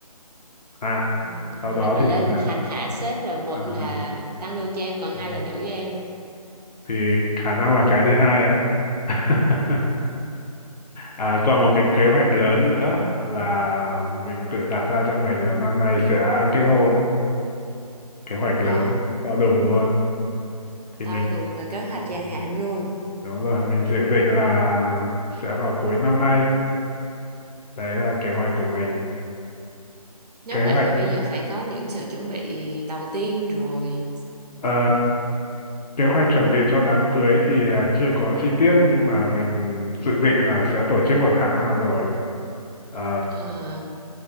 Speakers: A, on the left (about 85°); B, on the right (about 80°).
A: à
B: Ừ,
A: sau
B: là
A: đó
B: mình
A: thì
B: lên
A: phải
B: mình
A: đạt
B: hành hạ
A: ừ,
B: sếp là một
A: à,
B: là
A: hay.
B: tăng lương cho em còn hai
A: Ừ,
B: là đuổi em
A: thì khả năng là cái thứ hai á <laughs> à, còn một cái kế hoạch lớn nữa là mình tự đặt ra cho mình là năm nay sẽ kết hôn kế hoạch lớn
B: Ồ
A: to đùng luôn thì mình
B: to đùng và kế hoạch dài
A: ừ,
B: hạn luôn.
A: đúng rồi mình dự định là sẽ vào cuối năm nay đấy là kế hoạch của mình
B: Nếu
A: kế
B: vậy
A: hoạch
B: thì bây giờ phải có những sự chuẩn bị đầu tiên rồi.
A: ờ, kế hoạch chuẩn bị cho đám cưới thì à, chưa có chi tiết nhưng mà mình dự định là sẽ tổ chức vào tháng nào rồi Ờ,
B: Ờ,